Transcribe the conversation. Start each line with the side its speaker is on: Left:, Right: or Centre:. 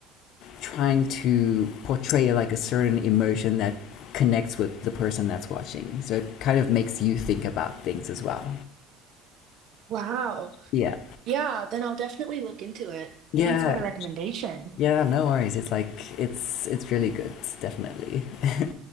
Left: trying to portray like a certain emotion that connects with the person that's watching. So it kind of makes you think about things as well.
Right: Wow.
Left: Yeah.
Right: Yeah, then I'll definitely look into it.
Left: Yeah.
Right: Thanks for the recommendation.
Left: Yeah, no worries. It's like it's it's really good, definitely. <laughs>